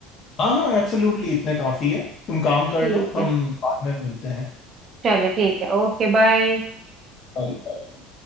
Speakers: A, on the left (about 35°); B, on the right (about 30°).
A: हाँ हाँ एब्सोल्युटली इतने काफी है तुम काम कर
B: ठीक
A: लो हम
B: है
A: बाद में मिलते
B: चलो ठीक है ओके बाय
A: हैं